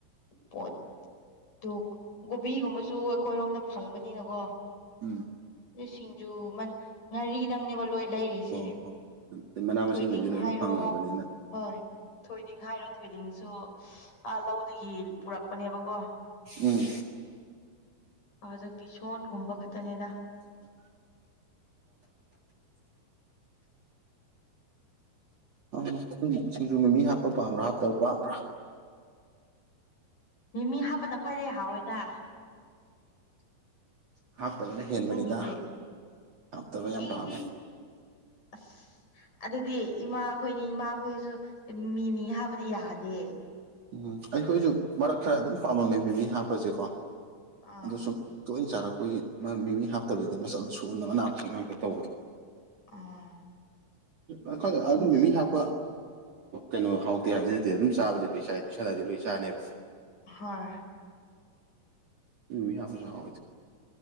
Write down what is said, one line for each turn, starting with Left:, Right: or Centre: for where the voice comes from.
Left: ꯄꯣꯠ ꯑꯗꯨ ꯀꯣꯕꯤꯒꯨꯝꯕꯁꯨ ꯑꯩꯈꯣꯏꯔꯣꯝꯗ ꯐꯪꯕꯅꯤꯅꯀꯣ
Right: ꯎꯝ
Left: ꯁꯤꯡꯖꯨ ꯉꯥꯔꯤꯗꯪꯅꯦꯕ ꯂꯣꯏ ꯂꯩꯔꯤꯁꯦ
Right: ꯑꯣ ꯍꯣ ꯑꯗꯩ ꯃꯅꯥ ꯃꯁꯤꯡꯈꯩꯗꯤ
Left: ꯊꯣꯏꯗꯤꯡ
Right: ꯂꯣꯏꯅ
Left: ꯍꯥꯏꯔꯣ
Right: ꯐꯪꯉꯕꯅꯤꯅ
Left: ꯍꯣꯏ ꯊꯣꯏꯗꯤꯡ ꯍꯥꯏꯔꯣ ꯊꯣꯏꯗꯤꯡꯁꯨ ꯂꯧꯗꯒꯤ ꯄꯨꯔꯛꯄꯅꯦꯕꯀꯣ
Right: ꯎꯝ
Left: ꯑꯗ ꯕꯤꯁꯣꯟꯒꯨꯝꯕ ꯈ ꯇꯅꯦꯗ
Right: ꯑ ꯁꯤꯡꯁꯨ ꯃꯃꯤ ꯍꯥꯞꯄ ꯄꯥꯝꯕ꯭ꯔꯥ ꯍꯥꯞꯇꯕ ꯄꯥꯝꯕ꯭ꯔꯥ
Left: ꯃꯤꯃꯤ ꯍꯥꯞꯄꯗ ꯈ꯭ꯋꯥꯏꯗꯒꯤꯩ ꯍꯥꯎꯋꯦꯗ
Right: ꯑ ꯍꯥꯞꯇꯕꯅ ꯍꯦꯟꯕꯅꯤꯗ
Left: ꯅꯪꯒꯤꯗꯤ
Right: ꯍꯥꯞꯇꯕ ꯌꯥꯝ
Left: ꯑꯩꯗꯤ
Right: ꯄꯥꯝꯃꯦ
Left: ꯑꯁ ꯑꯗꯨꯗꯤ ꯏꯃꯥꯈꯣꯏꯅꯤ ꯏꯃꯥꯈꯣꯏꯁꯨ ꯃꯤ ꯃꯤ ꯍꯥꯕꯗꯤ ꯌꯥꯗꯦ
Right: ꯎꯝ ꯑꯩꯈꯣꯏꯁꯨ ꯃꯔꯛ ꯈꯔ ꯑꯗꯨꯝ ꯄꯥꯝꯃꯝꯃꯦ ꯃꯤꯃꯤ ꯍꯥꯞꯄꯁꯦꯀꯣ
Left: ꯑꯥ
Right: ꯑꯗꯨꯗ ꯁ ꯁꯔ ꯑꯩꯈꯣꯏꯒꯤ ꯃꯤꯃꯤ ꯍꯥꯞꯇꯕꯤꯗ ꯃꯆꯜ ꯁꯨꯅ ꯑꯅꯥꯁꯤꯡ ꯉꯥꯛꯇ ꯇꯧꯕꯗꯣ
Left: ꯑꯥ
Right: ꯑꯩꯣꯏ
Left: ꯁꯤꯡꯖ
Right: ꯑꯗꯨꯝ ꯃꯤꯃꯤ ꯍꯥꯞꯄ ꯀꯩꯅꯣ ꯍꯥꯎꯇꯦ ꯍꯥꯏꯕꯁꯤꯅꯗꯤ ꯑꯗꯨꯝ ꯆꯥꯕꯗꯤ ꯂꯣꯏ ꯆꯥꯏ ꯄꯩꯤꯁꯜꯂꯗꯤ ꯂꯣꯏ ꯆꯥꯅꯦꯕꯀꯣ
Left: ꯍꯣꯏ
Right: ꯝꯅꯤ ꯃꯤ ꯍꯥꯁꯨ ꯍꯥꯎꯦ